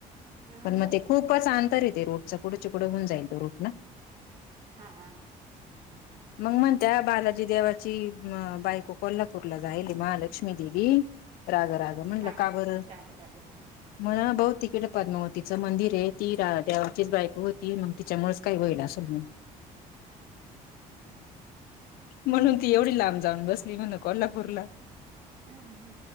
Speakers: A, on the right; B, on the left.
A: हा
B: पण मग ते खूपच अंतरऽ. ते रोटचा कुढे चिकठं होऊन जाईल तो, रोट ना.
A: हा, हा.
B: <inaudible> मग मण त्या बालाजी देवाची बायको कोल्हापूरला जाईल महालक्ष्मी देवी. राग, राग. म्हणलं
A: हा
B: का बर,
A: राग राग
B: म्हणा भाऊ तिकडे पद्मावतीचं मंदिर आहे, ती रा्या. चीच बायको होती, मग तिच्यामुळेच काय होईल असेल मग. म्हणून ती एवढी लांब जाऊन बसली म्हण, कोल्हापूरला.
A: अ, ह